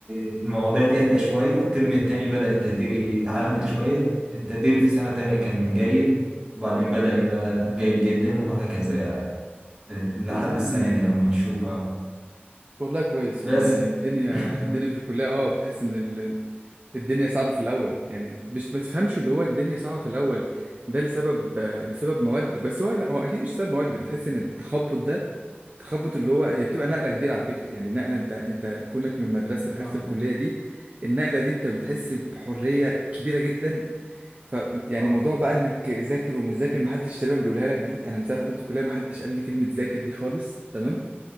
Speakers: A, on the right; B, on the right.
A: المواضيع تهدى شوية الترم التاني بدأ التقدير يتعدل شوية التقدير في سنة تانية كان جيد وبعدين بدأ يبقى جيد جدا وهكذا يعني لحد
B: والله يعني
A: السنة دي أما نشوف بقى
B: والله كويس والله
A: بس
B: يعني الدنيا
A: <laughs>
B: الدنيا في الكلية اه بتحس ان ال... ال- الدنيا صعبة في الأول يعني مش ما تفهمش اللي هو الدنيا صعبة في الأول ده لسبب آه، لسبب مواد بس هو لا هو أكيد مش سبب مواد بتحس إن التخبط ده تخبط اللي هو هي بتبقى نقلة كبيرة على فكرة يعني نقلة أنت أنت كونك من مدرسة دخلت
A: آه
B: الكلية دي النقلة دي أنت بتحس بحرية كبيرة جدا ف يعني
A: آه
B: موضوع بقى انك ذاكر ومش ذاكر محدش تقريبا بيقولها لك دي انا من ساعه ما دخلت الكليه محدش قال لي كلمه ذاكر دي خالص تمام.